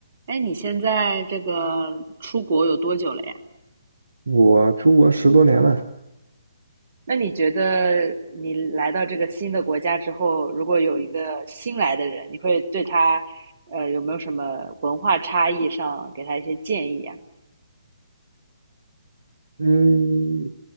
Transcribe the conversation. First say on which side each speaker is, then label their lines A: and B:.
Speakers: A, on the right; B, on the right.
A: 哎，你现在这个出国有多久了呀？
B: 我出国十多年了，
A: 那你觉得你来到这个新的国家之后，如果有一个新来的人，你会对他，呃，有没有什么文化差异上给他一些建议啊？
B: 嗯，